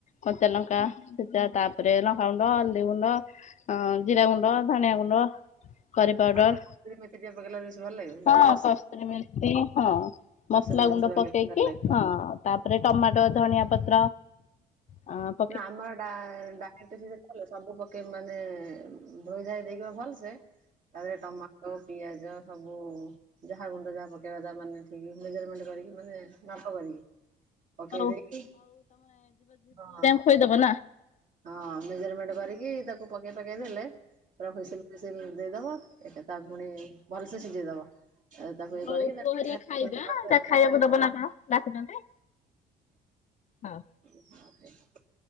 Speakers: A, on the left; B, on the right.
A: କଞ୍ଚାଲଙ୍କା ଛେଚା ତାପ ରେନ ହାଉନ ଦେଉନ ଅଁ ଗୁଣ୍ଡ ଜିରା ଗୁଣ୍ଡ ଧନଆ ଗୁଣ୍ଡ କରି ପାଉଡ଼ର।
B: ଆଉ ଟିକେ କସୁରୀ ମେଥି ଟିକେ ପକେଇଲେ ବେଶୀ ଭଲ ଲାଗିବନି
A: ହଁ
B: କସ୍
A: କସ୍ତୁରି ମେଥି ହଁ
B: କସୁରୀ
A: ମସଲା
B: ମେଥି
A: ଗୁଣ୍ଡ ପ
B: ପକେଇଲେ
A: -- ପକେଇକି
B: ଭଲ ଲାଗିବ।
A: ହଁ ତାପରେ ଟମାଟୋ ଧଣିଆ ପତ୍ର ଅଁ --
B: ନା ଆମଡା ଡା ଇଣ୍ଟେଜିଜେ କଲେ ସବୁ ପକେଇବୁ ମାନେ ଧୋଇ ଧାଇ ଦେଇକି ଭଲ ସେ ତାରେ ଟମା -- ଟ ପିଆଜ ସବୁ ଯାହା ଗୁଣ୍ଡ ଯାହା ପକେଇବା ତା ମାନେ ଠିକ ମେଜରମେଣ୍ଟ କରିକି ମାନେ ମାପ କରିକି ଓ ପକେଇ
A: ହଉ
B: ଦେଇ ହଁ।
A: ହୋଇଦବ ନା?
B: ହଁ ମେଜରମେଣ୍ଟ କରିକି ତାକୁ ପକେଇ ପାକେଇ ଦେଲେ। ପୁରା ଫୁସିଲ ଫିସିଲ ଦେଇଦବ। ଏଟା ତା ପୁଣି ଭଲସେ ସିଝେଇଦବ। ତାକୁ ଇଏ
A: ହଉ
B: କରିକି ତାକୁ
A: ପୁଆ ହେରିକା
B: ଟିକେ
A: ଖାଇବେ ଏଁ ଜା ଖାଇବାକୁ
B: ଆଉ
A: ଦବ ନା କଣ ଡାକୁଚନ୍ତି। ହଁ।
B: <unintelligible>